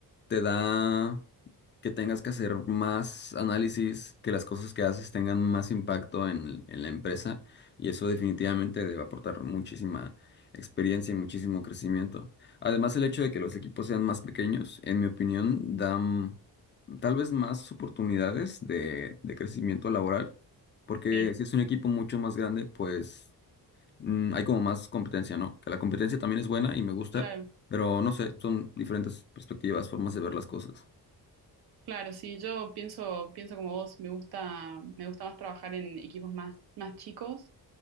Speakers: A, on the left (about 30°); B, on the right (about 70°).
A: te da que tengas que hacer más análisis, que las cosas que haces tengan más impacto en, en la empresa y eso definitivamente debe aportar muchísima experiencia y muchísimo crecimiento. Además, el hecho de que los equipos sean más pequeños, en mi opinión, dan tal vez más oportunidades de, de crecimiento laboral, porque
B: Sí,
A: si es un equipo mucho más grande, pues mm, hay como más competencia, ¿no? Que la competencia también es buena y me gusta,
B: claro,
A: pero no sé, son diferentes perspectivas, formas de ver las cosas.
B: claro, sí, yo pienso, pienso como vos, me gusta, me gusta más trabajar en equipos más, más chicos